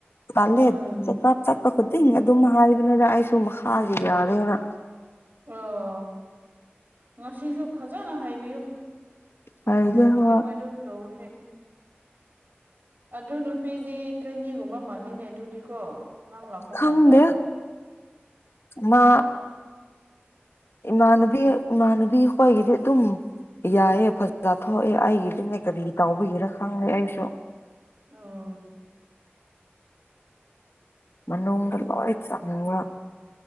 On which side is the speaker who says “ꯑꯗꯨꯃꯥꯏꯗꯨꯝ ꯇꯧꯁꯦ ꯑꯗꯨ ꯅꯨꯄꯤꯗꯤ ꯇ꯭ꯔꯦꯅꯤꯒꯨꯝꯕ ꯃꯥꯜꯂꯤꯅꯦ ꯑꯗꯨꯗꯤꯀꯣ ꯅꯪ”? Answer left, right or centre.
Right